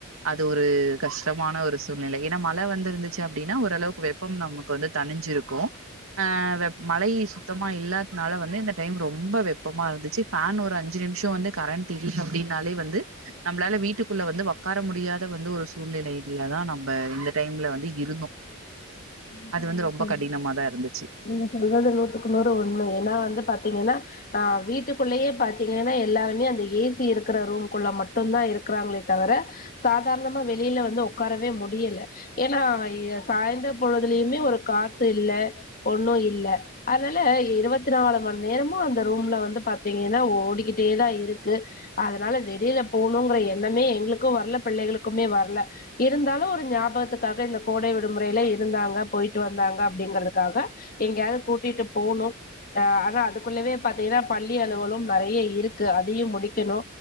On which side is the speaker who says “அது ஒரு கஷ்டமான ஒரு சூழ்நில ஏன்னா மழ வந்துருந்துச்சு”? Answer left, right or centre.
Right